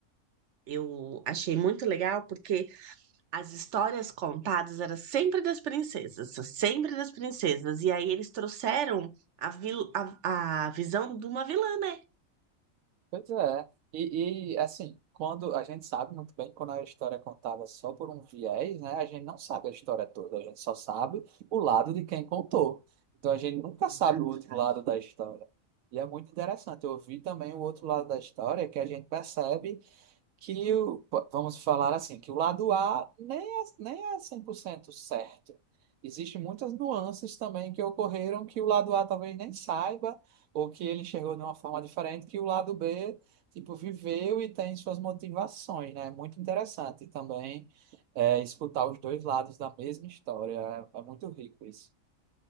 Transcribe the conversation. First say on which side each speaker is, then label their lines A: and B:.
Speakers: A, on the right; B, on the right.
A: eu achei muito legal porque. As histórias contadas eram sempre das princesas, sempre das princesas. E aí eles trouxeram a, vil- a, a visão de uma vilã, né?
B: Pois é. E, e, assim, quando a gente sabe muito bem quando a história é contada só por um viés, né? A gente não sabe a história toda, a gente só sabe o lado de quem contou. Então a gente nunca
A: Exato.
B: sabe o outro lado da história. E é muito interessante. Eu vi também o outro lado da história que a gente percebe que o- po- vamos falar assim, que o lado A nem é, nem é 100% certo. Existem muitas nuances também que ocorreram que o lado A talvez nem saiba, ou que ele enxergou de uma forma diferente, que o lado B, tipo, viveu e tem suas motivações, né? É muito interessante também é, escutar os dois lados da mesma história. É, é muito rico isso.